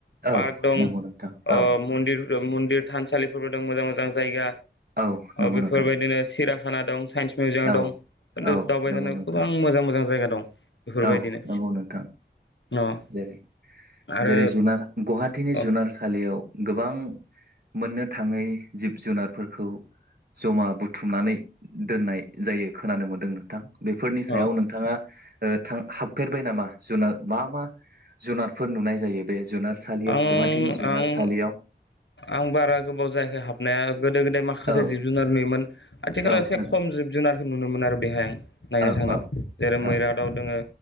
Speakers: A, on the right; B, on the left.
A: औ
B: पार्क दं
A: नंगौ नोंथां औ
B: मन्दिर मन्दिर थानसालिफोरबो दं मोजां मोजां जायगा।
A: औ नंगौ
B: बेफोरबायदिनो
A: नोंथां
B: सिरा खाना दं साइन्स मिउजियाम
A: औ
B: दं खिथु
A: औ
B: दावबायजानायाव
A: नंगौ नोंथां
B: गोबां मोजां मोजां जायगा दं। बेफोरबायदिनो
A: औ नंगौ नोंथां।
B: अ
A: जेरै
B: आरो
A: जेरै जुनार गुवाहाटीनि
B: अ
A: जुनारसालियाव गोबां मोननो थाङै जिब जुनारफोरखौ जमा बुथुमनानै दोननाय जायो खोनानो मोन्दों नोंथां बेफोरनि सायाव
B: अ
A: नोंथाङा थां हाबफेरबाय नामा जुनार मा मा जुनारफोर नुनाय जायो बे जुनारसालियाव
B: आं
A: गुवाहाटिनि जुनारसालियाव
B: आं आं बारा गोबाव जायाखै हाबनाया गोदो गोदाय माखासे
A: औ
B: जिब जुनार नुयोमोन आथिखालाव
A: औ
B: एसे
A: नोंथां
B: खम जिब जुनारखौ नुनो मोनो आरो बेहाय नायनो
A: औ
B: थांदों
A: औ
B: जेरै मैरादआव
A: औ
B: दोङो